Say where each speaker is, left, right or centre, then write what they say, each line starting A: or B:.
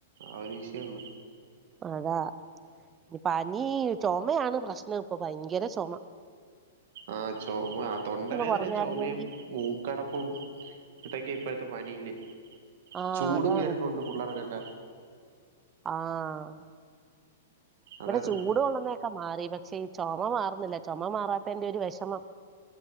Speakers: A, on the right; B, on the right.
A: ആ ഒരു വീഷയെളളൂ
B: അതാ നി പനി ചുമയാണ് പ്രശ്നം. ഇപ്പൊ ഭയങ്കര ചൊമ
A: ആ ചൊമ ആ തൊണ്ടവേദനയും
B: കുറഞ്ഞായിരുന്നെങ്കി
A: ചുമയും കൂ റ്റടപ്പും ഇതൊക്കെ ഇപ്പോഴത്തെ പനിയില്
B: ആഹ്
A: ചൂടും
B: അതാണ്
A: കേയറിട്ടുണ്ട് പിള്ളേർക്കൊക്കെ
B: ആഹ് ഇവടെ
A: അതാണ്
B: ചൂട് കൊള്ളുന്നൊക്കെ മാറി പക്ഷേ ഈ ചൊമ മാറുന്നില്ല. ചൊമ മാറാത്തേന്റെരു വെഷമം.